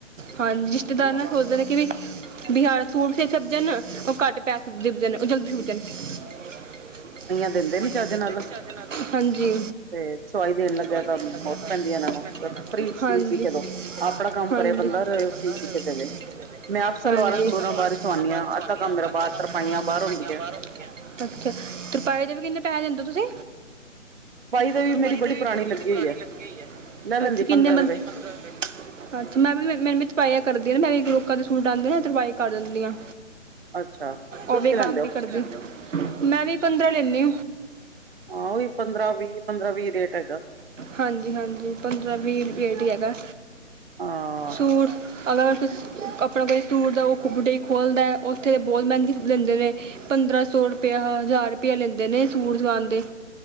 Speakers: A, on the right; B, on the right.
A: ਹਾਂਜੀ, ਰਿਸ਼ਤੇਦਾਰ ਨਾ ਸੋਚਦੇ ਨੇ ਕੀ ਵੀ ਬਿਹਾਰ ਸੂਟ ਬੀ ਸਿਬਜਣ, ਓ ਘੱਟ ਪੈਸੇ ਦਿਬਜਣ, ਓ ਜਲਦੀ ਸਿਬਜਣ। ਸਵਾਈਆਂ
B: ਦਿੰਦੇ ਨੀ ਚੱਜ
A: ਦੇਦੇਂ
B: ਨਾਲ
A: ਨੀ ਚਜ ਨਾਲ, ਹਾਂਜੀ।
B: ਤੇ ਸਵਾਈ ਦੇਣ ਲੱਗਿਆ
A: ਸਵਾਈਆਂ
B: ਤਾਂ
A: ਦੇਣ
B: ਮੌਤ
A: ਲਗਿਆਂ ਮੋਤ
B: ਪੈਂਦੀ ਇਹਨਾਂ ਨੂੰ
A: ਪੈਂਦੀ ਏ ਏਨਾਂ ਨੂੰ,
B: ਫ੍ਰੀ ਸੀ
A: ਹਾਂਜੀ-
B: ਸੀ ਕੇ ਦੋ ਆਪਣਾ ਕੰਮ
A: ਹਾਂਜੀ!
B: ਕਰੇ ਬੰਦਾ
A: ਹਾਂਂਜੀ-ਮੈਂ
B: ਸੀ ਸੀ ਕੇ ਦੇਵੇ ਮੈਂ ਆਪ ਸਲਵਾਰਾਂ ਸਲੂਰਾਂ
A: ਵੀ ਸਲਵਾਰਾਂ
B: ਬਾਹਰ
A: ਸਲਵੂਰਾਂ
B: ਹੀ ਸਵਾਨੀ
A: ਬਾਰੋਂ
B: ਆ
A: ਸਵਾਨੀ
B: ਅੱਧਾ ਕੰਮ
A: ਆਂ
B: ਮੇਰਾ
A: ਅਧਾ
B: ਬਾਹਰ
A: ਤਰਪਾ
B: ਬਾਹਰ
A: ਤਰਪਾਈਆਂ
B: ਹੁੰਦੀਆਂ
A: ਬਾਹੜਰੋਂ ਕਰਾਨੀਆਂ, ਤਰਪਾਈ ਦੇ ਵੀ ਕਿੰਨੇ ਪੈਸੇ ਦੇਂਦੇ ਓ ਤੁਸੀ?
B: ਦਾ ਵੀ
A: ਤਰਪਾਈ
B: ਬੜੀ
A: ਵਾਲੀ
B: ਪੁਰਾਣੀ
A: ਮੇਰੀ
B: ਲੱਗੀ
A: ਬੜੀ ਪਰਾਣੀ
B: ਹੈ
A: ਲਗੀ ਹੋਈ ਏ,
B: ਲੈ ਲੈਂਦੀ
A: ਅੱਛਾ ਕਿੰਨੇ
B: ਪੰਦਰਾਂ
A: ਬੰਦੇ
B: ਰੁਪਏ
A: ਲੈਂਦੀ ਪੰਦਰਾਂ ਰੁਪਏ। ਅੱਛਾ ਮੈਂ ਵੀ ਮੈ ਵੀ ਤਰਪਾਈਆਂ ਕਰਦੀ ਆਂ, ਮੈਂ ਵੀ ਲੋਕਾਂ ਦੇ ਸੂਟ ਆਂਦੇ ਨੇ ਤਰਪਾਈ ਕਰ ਦਿੰਨੀ ਆਂ।
B: ਅੱਛਾ ਤੁਸੀਂ
A: ਓ ਵੀ
B: ਕੀ ਲੈਂਦੇ
A: ਕੰਮ
B: ਹੋ
A: ਵੀ ਕਰਦੀ, ਮੈਂ ਵੀ ਪੰਦਰਾਂ ਲੈਂਣੀ।
B: ਆ ਓਹੀ ਪੰਦਰਾਂ ਵੀਅ -ਪੰਦਰਾਂ ਵੀਅ ਰੇਟ ਹੈਗਾ।
A: ਹਾਂਜੀ- ਹਾਂਜੀ ਪੰਦਰਾਂ ਵੀਅ ਰੁਪ ਰੇਟ ਈ ਹੈਗਾ।
B: ਹਾਂ
A: ਸੂਟ ਅਗਰ ਤੁ ਸੀ ਆਪਣਾ ਕੋਈ ਸੂਟ ਦਾ ਓ ਬੂਟੀਕ ਖੋਲ੍ਹਦਾ, ਓਥੇ ਬੋਤ ਮੈਂਗੇ ਲੈਂਦੇ ਨੇ। ਪੰਦਰਾਂ ਸੌ ਰੁਪਇਆ, ਹਜ਼ਾਰ ਰੁਪਇਆ ਲੈਂਦੇ ਨੇ ਸੂਟ ਸਵਾਣਦੇ।